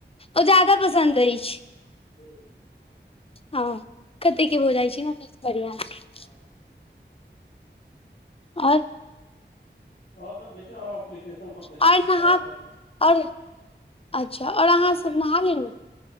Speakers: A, on the left; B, on the left.
A: ओ ज्यादा पसन्द अछि
B: हूँ
A: हँ कते के भ जाइ छै ने <unintelligible>
B: ह
A: और
B: आओर सब देखियौ एप्लीकेशन पर देखै
A: आइ
B: छी
A: नहा
B: काम करके
A: अरे अच्छा आओर अहाँ सब नहा लेलहु